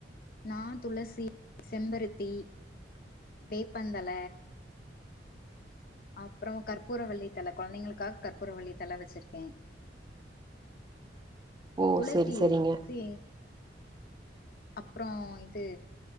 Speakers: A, on the left (about 55°); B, on the right (about 25°).
A: நா துளசி செம்பருத்தி வேப்பந்தழ அப்றோ கற்பூரவள்ளி தழ கொழந்தைகளுக்காக கற்பூரவள்ளி தழ வச்சிருக்கே
B: ஓ
A: துளசி
B: செரி செரிங்க
A: இது சி அப்றோ இது